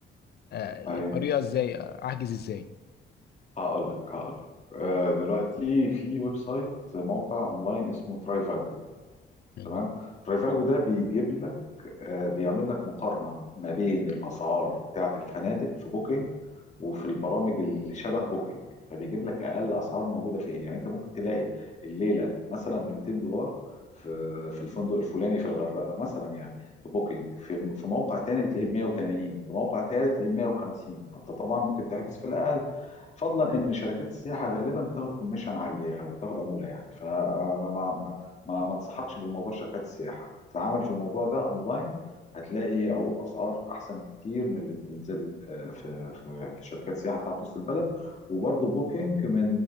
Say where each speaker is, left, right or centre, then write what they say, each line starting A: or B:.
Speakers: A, on the left; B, on the left.
A: آه،
B: ايوه
A: الطريقه ازاي آه، احجز ازاي
B: هقول لك هقول لك آه، دلوقتي في ويب سايت موقع اونلاين اسمه ترايفاجو
A: يعني
B: تمام ترايفاجو ده بيجيب لك آه، بيعمل لك مقارنه ما بين الاسعار بتاعه الفنادق في بوكينج وفي البرامج اللي شبه بوكينج فبيجيب لك اقل اسعار موجوده فين يعني انت ممكن تلاقي الليله مثلا ب 200 دولار في في الفندق الفلاني في الغردقه مثلا يعني في بوكينج في في موقع تاني بتلاقيه ب 180 في موقع تالت تلاقيه ب 150 فانت طبعا ممكن تحجز في الاقل فضلا ان شركات السياحه غالبا بتاخد كوميشن عاليه وبتاخد عموله يعني فما ما ما ما ما انصحكش بموضوع شركات السياحه تعامل في الموضوع ده اونلاين هتلاقي عروض اسعار احسن بكتير من اللي بتنزل آه، في في في شركات السياحه بتاعت وسط البلد وبرضه بوكينج من